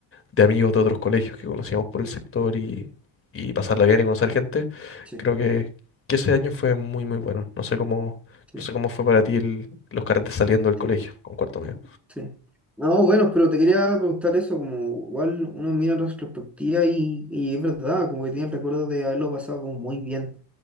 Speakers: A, on the left; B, in the centre.
A: de amigos de otros colegios que conocíamos por el sector y, y pasarla bien y conocer gente,
B: Sí,
A: creo que, que ese año fue muy, muy bueno. No sé cómo,
B: sí,
A: no sé cómo fue para ti el- los carretes saliendo del colegio
B: sí.
A: con cuarto medio.
B: Sí. No, bueno, pero te quería preguntar eso, como igual uno mira en retrospectiva y, y es verdad, como que tiene el recuerdo de haberlo pasado como muy bien.